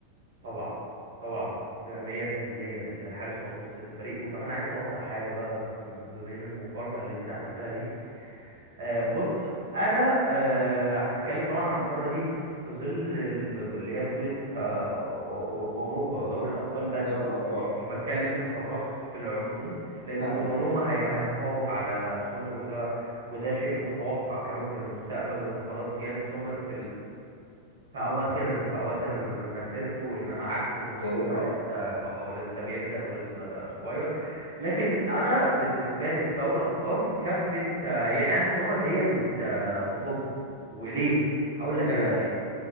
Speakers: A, on the right; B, on the left.
A: طبعا طبعا ده مية في المية لأن الحارس هو نص الفريق وكمان عايز أوضح حاجة بقى ب- ب- بين المقارنة اللي أنت عملتها دي آه بص أنا آه هنتكلم طبعا عن المقارنة دي في ظل ال- ب- ب- اللي هي بطولة آه أو- أو- أوروبا ودوري الأبطال بس
B: دوري الابطال
A: مش مش بتكلم كحراس في العموم لأن
B: فاهمك
A: دوناروما هيبقى هيتفوق على سومر وده وده شيء متوقع كمان في المستقبل وإن خلاص يان سومر في في اواخر في اواخر مسيرته انما عكسه دوناروما
B: كبر
A: لسه
B: اه
A: اه لسه بيبدأ ولسه صغير لكن انا بالنسبه لي في دوري الابطال كفه آه، يان سومر هي اللي ت- تطب وليه هقول لك
B: ليه
A: انا
B: بقى
A: بقى ليه